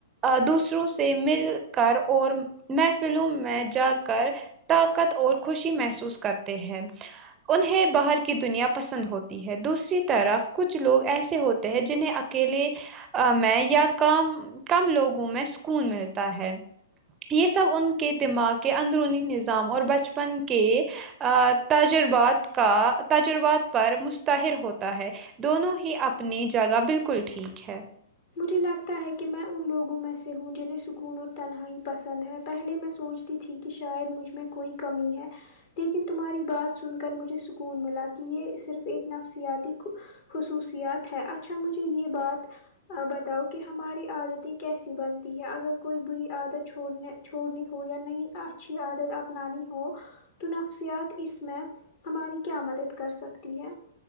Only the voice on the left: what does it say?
مجھے لگتا ہے کہ میں ان لوگوں میں سے ہوں جنہیں سکون اور تنہائی پسند ہے پہلے میں سوچتی تھی کہ شاید مجھ میں کوئی کمی ہے لیکن تمہاری بات سن کر مجھے سکون ملا کہ یہ صرف ایک نفسیاتی کھو خصوصیات ہے اچھا مجھے یہ بات بت کہ ہماری عادتیں کیسی بنتی ہیں اگر کوئی بری عادت چھوڑنی چھوڑنے ہو یا نہیں اچھی عادت اپنانی ہو تو نفسیات اس میں ہماری کیا مدد کر سکتی ہے